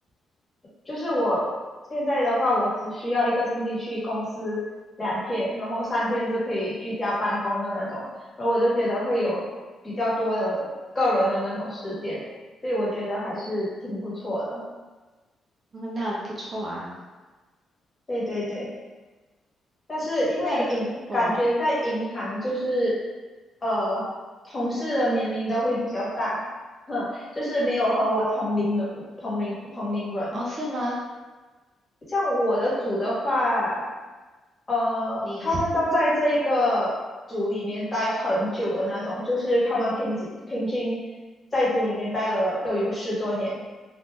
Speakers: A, on the left; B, on the right.
A: 就是我现在的话，我只需要一个星期去公司两天，然后三天是可以居家办公的那种，然后我就觉得会有比较多的个人的那种时间，所以我觉得还是挺不错的。
B: 嗯那不错啊。
A: 对对对，但是因为银感觉在银行就是
B: 那如果
A: 呃同事的年龄都会比较大，<laughs> 哼，就是没有和我同龄的同龄同龄人。
B: 哦，是吗？
A: 像我的组的话。呃，
B: 你
A: 他们都在这一个组里面待很久的那种，就是他们平均平均在组里面待了都有十多年，